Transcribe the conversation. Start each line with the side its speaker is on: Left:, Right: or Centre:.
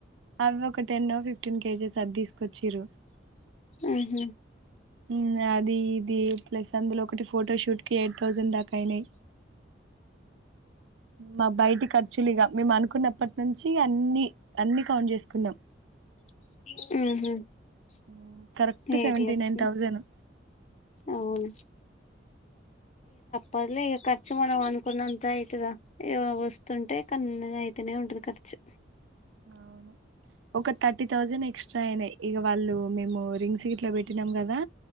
Right: అవి ఒక టెన్ ఓ ఫిఫ్టీన్ కేజెస్ అది తీసుకొచ్చిడ్రు
Left: ఉహు
Right: హ అది ఇది ప్లస్ అందులో ఒకటి ఫోటోషూట్కి ఎయిట్ థౌజండ్ దాకా అయినాయి మా బయటి ఖర్చులు ఇక మే అను కొన్నప్పటి నుంచి అన్ని అన్నీ కౌంట్ చేసుకున్నం
Left: ఉహు
Right: ఊ కరెక్ట్
Left: ఏటి
Right: సెవెంటీ
Left: వచ్చింది
Right: నైన్ థౌసండ్ ను
Left: అవును పదిలే ఇక ఖర్చు మనం అనుకున్నంత అయితు ఇ వస్తుంటే కన్న అయితేనే ఉంటుంది ఖర్చు
Right: అవును ఒక థర్టీ థౌసండ్ ఎక్స్ట్రా అయినాయి ఇక వాళ్ళు మేము రింగ్ సట్ లో పెట్నాం కదా